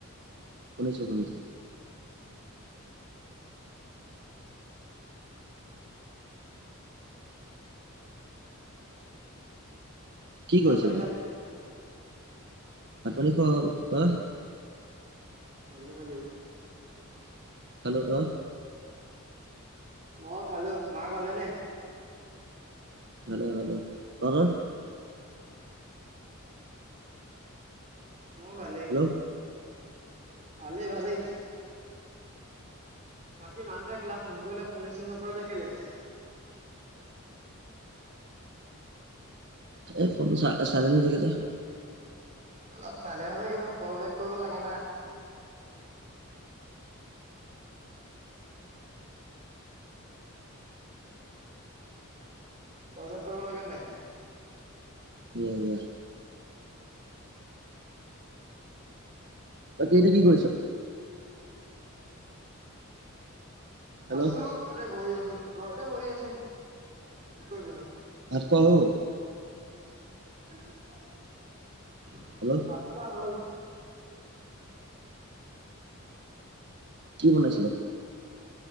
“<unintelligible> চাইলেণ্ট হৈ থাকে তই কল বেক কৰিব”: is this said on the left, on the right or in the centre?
Right